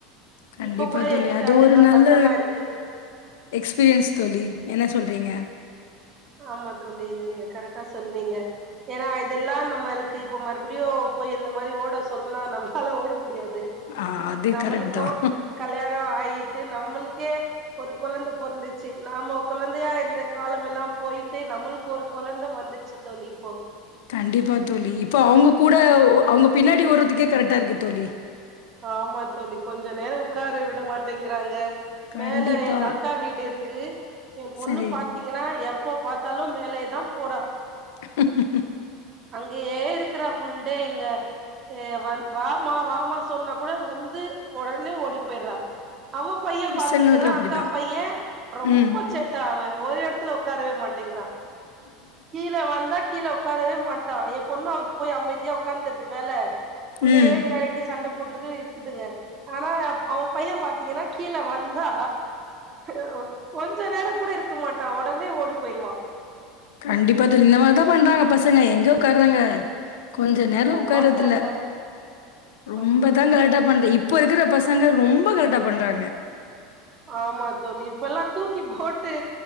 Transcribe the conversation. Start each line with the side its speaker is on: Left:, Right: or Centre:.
Left: கண்டிப்பா
Right: இப்ப கூட
Left: தேலி
Right: என்கிட்ட
Left: அது
Right: அதெல்லா
Left: ஒரு நல்ல
Right: பத்திரமா இருக்கு
Left: எக்ஸ்பீரியன்ஸ் தோழி என்ன சொல்றீங்க
Right: ஆமா தோலி நீங்க கரெக்டா சொன்னீங்க ஏன்னா இதெல்லா நம்மேள்க்கு இப்ப மறுபடியூ போய் இந்த மாரி ஓட சொல்னா நம்மளால ஓட முடியாது
Left: ஆ அது
Right: நம்மளுக்கொ
Left: கரெக்ட் தான்.
Right: கல்யாணோ ஆயிட்டு நம்மள்க்கே ஒரு கொலந்த பொருந்துச்சு நாம கொலந்தயா இருந்த காலம் மெல்லா போயிட்டு நம்ளுக்கு ஒரு குழந்த வந்துருச்சு தோலி இப்போ
Left: கண்டிப்பா தோலி இப்ப அவங்க கூட அவங்க பின்னாடி ஓர்றதுக்கே கரெக்டா இருக்கு தோழி
Right: ஆமா தோழி கொஞ்சொ நேரோ உக்கார வுட மாட்டேங்கிறாங்க
Left: கண்டிப்பா.
Right: மேல எங்க அக்கா வீடு இருக்கு ஏ பொண்ணு
Left: சரி.
Right: பாத் தீங்கன்னா எப்ப பார்த்தாலூ மேலேதா போற
Left: <inaudible>
Right: அங்கயே இருக்கிறா ஃபுல்டே இங்க அ வாமா வாமா சொன்னா கூட வந்து உடனே ஓடிப் போயிட்றா அவப் பையே
Left: பசங்களுக்கு
Right: பார்த்தீங்கன்னா
Left: அப்படிதான்.
Right: அக்கா பையோ ரொம்ப
Left: ம்,
Right: சேட் ட அவேன் ஒரு எடத்துல உக்காரவே மாட்டேங்கிறான் கீல வந்தா கீல உக்காரவே மாட்டான் என் பொண்ணாவது போய் அமைதியா உக்காந்தத்தூ மேல அங்கயே
Left: ம்.
Right: விளாடிட்டு சண்ட போட்டுட்டு இருக்குதுங்க ஆனா அவெ பையே பாத்தீங்கன்னா கீல வந் வந்தா அ ஹூ கொஞசொ நேரோங் கூட இருக்க மாட்டா உடனே ஓடி போயிருவா
Left: கண்டிப்பா தேழி இந்த மாதிரிதா பண்றாங்க பசங்க எங்க உக்கார்றாங்க கொஞ்சொ நேர
Right: ரொம்ப
Left: உக்காரத்து
Right: சேட்ட
Left: இல்ல ரொம்பதா
Right: ரொம்ப சேட்ட
Left: கலாட்டா பண்து இப் ப்போ இருக்குற பசங்க ரொம்ப களாட்டா பண்றாங்க
Right: ஆமா தோலி இப்பெல்லா தூக்கி போட்டு